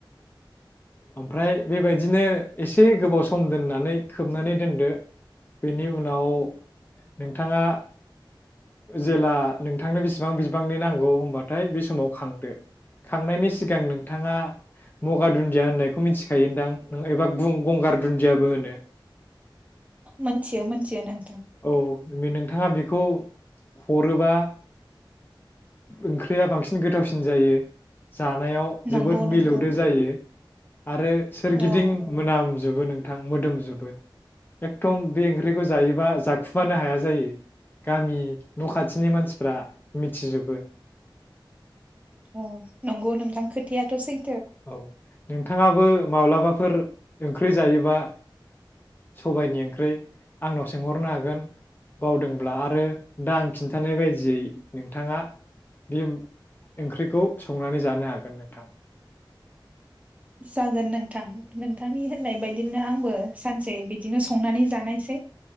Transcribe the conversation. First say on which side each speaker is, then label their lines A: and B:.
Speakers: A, on the left (about 25°); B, on the right (about 15°).
A: ओमफ्राय बेबायदिनो एसे गोबाव सम दोननानै खोबनानै दोनदो बेनि उनाव नोंथाङा जेला नोंथांनो बेसिबां बिबांनि नांगौ होमबाथाय बे समाव खांदो खांनायनि सिगां नोंथाङा मगार दुन्दिया होननायखौ मिथिखायो दां एबा गंगार दुन्दियाबो होनो।
B: मोनथियो मोनथियो नों
A: औ बे नों थाङा बेखौ हरोबा ओंख्रिया बांसिन गोथावसिन जायो। जानायाव
B: नंगौ
A: जोबोद मिलौदो
B: नंगौ
A: जायो। आरो सोरगिदिं
B: औ
A: मोनाम जोबो नोंथां मोदोमजोबो। एकदम बे ओंख्रिखौ जायोबा जाखुमानो हाया जायो गामि न' खाथिनि मानसिफ्रा मिथिजोबो।
B: अ नंगौ नोंथां खोथायाथ' सै
A: औ। नोंथाङाबो माब्लाबाफोर ओंख्रि जायोबा सबाइनि ओंख्रै। आंनाव सोंहरनो हागोन बावदोंब्ला आरो दा आं खिन्थानाय बायदियै नोंथाङा बे ओंख्रिखौ संनानै जानो हागोन नोंथां।
B: जागोन नोंथां नों थांनि होननाय बायदिनो आंबो सानसे बिदिनो संनानै जानायसै।